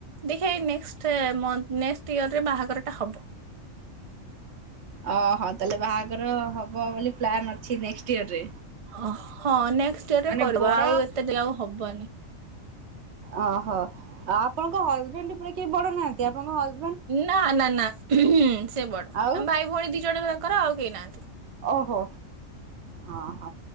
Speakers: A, on the right; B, on the right.
A: ଦେ ଏଇ ନେଷ୍ଟ୍ ମନ୍ଥ ନେଷ୍ଟ୍ ଇୟର ରେ ବାହା ଘର ଟା ହବ।
B: ଓ ହୋ ତାହେଲେ ବାହାଘର ହଁ ହବ ବୋଲି ପ୍ଲାନ୍ ଅଛି। ନେକ୍ସଟ ଇୟରରେ
A: ଓ ହଁ। ନେକ ନେକ୍ସଟ୍ ଆୟର ରେ
B: ମାନେ
A: କରିବ
B: ବଡ
A: ଆଉ ଏତେ ଡେରି ଆଉ ହବନି।
B: ଓ ହୋ। ଆ ଆପଣଙ୍କ ହଜବେଣ୍ଡ୍ ପୁରା କେହି ବଡନାହାନ୍ତି ଆପଣଙ୍କ ହଜ
A: ନା ନା ନା। ହଁ। ସେ ବଡ
B: ଆଉ
A: ଆମେ ଭାଇ ଭଉଣୀ ଦି ଜଣ ତାଙ୍କର ଆଉ। ଦେଇନାହାନ୍ତି।
B: ଓହୋ ହଁ।